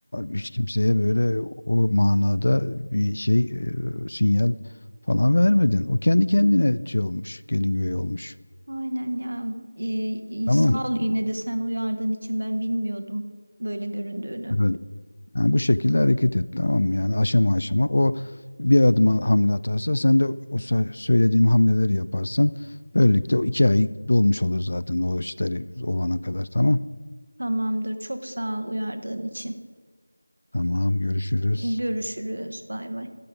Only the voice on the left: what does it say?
hiç kimseye böyle o manada bir şey e, sinyal falan vermedin. O kendi kendine şey olmuş, gelin güvey olmuş.
Tamam.
Evet. Yani bu şekilde hareket et tamam mı? Yani aşama aşama. O bir adım hamle atarsa sen de o sa- söylediğim hamleleri yaparsan böylelikle o iki ay dolmuş olur zaten o işleri olana kadar tamam.
Tamam görüşürüz.